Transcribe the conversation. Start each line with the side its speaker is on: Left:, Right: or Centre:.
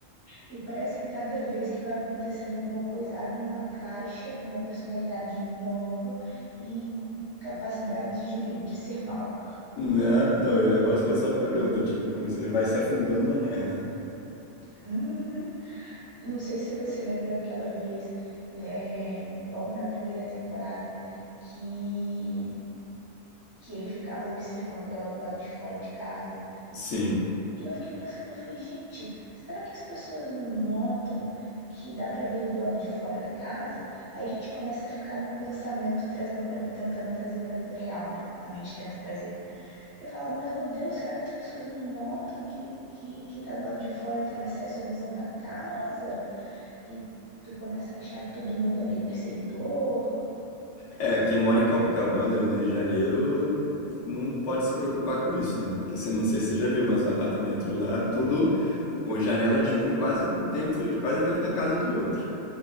Right: e parece que cada vez que vai acontecendo alguma coisa, abre uma caixa com uma personalidade nova e capacidade de, de ser mal.
Left: Né? Não, e o negócio vai só piorando, é tipo, como se ele vai se afundando na merda.
Right: Uhum. Não sei se você lembra aquela vez, é, logo na primeira temporada, que, que ele ficava observando ela do lado de fora de casa.
Left: Sim.
Right: E eu fiquei pensando, eu falei, gente, será que as pessoas não notam que dá pra ver do lado de fora da casa? Aí a gente começa a ficar num pensamento trazendo para tentando trazer pra vida real, né? A mente tenta trazer. Eu falo, mas meu Deus, será que as pessoas não notam que, que quem tá do lado de fora tem acesso à visão da casa? E tu começa a achar que todo mundo é meio perseguidor.
Left: É, quem mora em Copacabana, ali no Rio de Janeiro, não pode se preocupar com isso, né? Porque você não sei se você já viu, mas os apartamentos de lá, tudo, o janela de um quase dentro, quase dentro da casa do outro.